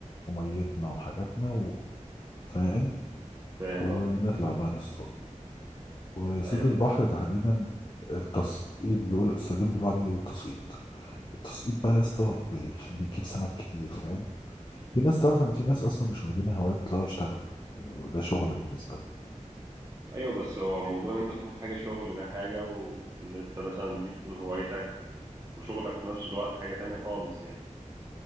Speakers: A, on the left (about 40°); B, on the right (about 25°).
A: وميتنا وحاجاتنا و... فاهم
B: فاهم
A: ونطلع
B: قصدي
A: بقى نصطاد وصيد
B: ايوه
A: البحر
B: فاهم
A: تحديدا التسقيط بيقول الصيادين بيقولوا عليه تسقيط التسقيط بقى يا اسطى بيخ- بيجيب سمك كتير فاهم في ناس تعرف ان في ناس اصلا مش واخدينها هوايه بيطلعوا يشتغلوا وده شغل بالنسبه لهم
B: ايوه بس هو موضوع ان انت تاخد حاجة شغل ده حاجة وان انت مثلا دي تكون هوايتك وشغلك في نفس الوقت حاجة تانية خالص يعني